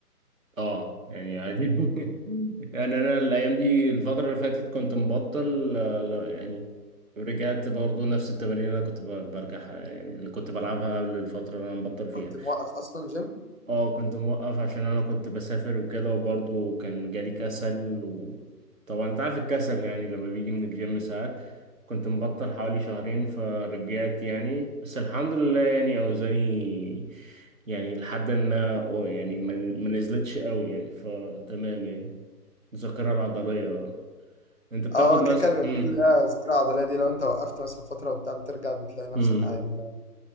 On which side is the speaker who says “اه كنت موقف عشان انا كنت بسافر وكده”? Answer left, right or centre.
Right